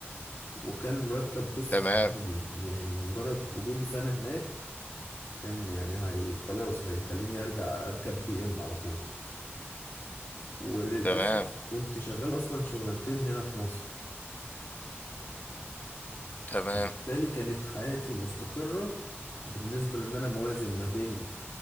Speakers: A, on the left; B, on the left.
A: وكان مرتب بص
B: تمام
A: خيالي يعني مجرد وجودي سنة هناك كان يعني هي خلاص هيخليني ارجع اركب بي ام على طول وللأسف
B: تمام
A: كنت شغال اصلا شغلانتين هنا في مصر
B: تمام
A: بالتالي كانت حياتي مستقرة بالنسبة لان انا موازن ما بين